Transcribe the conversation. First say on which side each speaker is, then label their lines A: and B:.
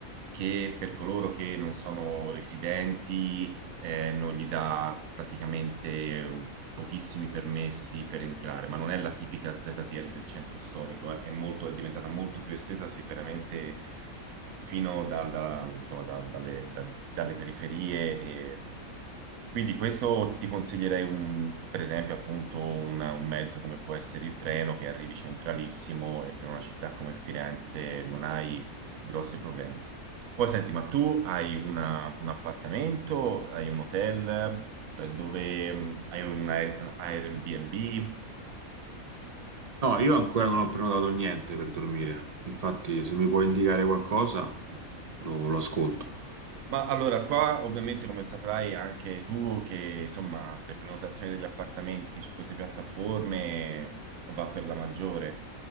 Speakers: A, on the right; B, on the right.
A: che per coloro che non sono residenti eh, non gli dà praticamente eh, pochissimi permessi per entrare, ma non è la tipica ZTL del centro storico, eh. È molto- è diventata molto più estesa sicuramente fino da- da- insomma, da- dalle, da- dalle periferie. E... Quindi questo ti consiglierei, un- per esempio, appunto una- un mezzo come può essere il treno, che arrivi centralissimo e per una città come Firenze non hai grossi problemi. Poi senti, ma tu hai una- un appartamento, hai un hotel, cioè dove hai un Air- Airbnb?
B: No, io ancora non ho prenotato niente per dormire. Infatti, se mi puoi indicare qualcosa, lo, lo ascolto.
A: Ma allora, qua ovviamente come saprai anche tu che insomma le prenotazioni degli appartamenti su queste piattaforme eh, va per la maggiore.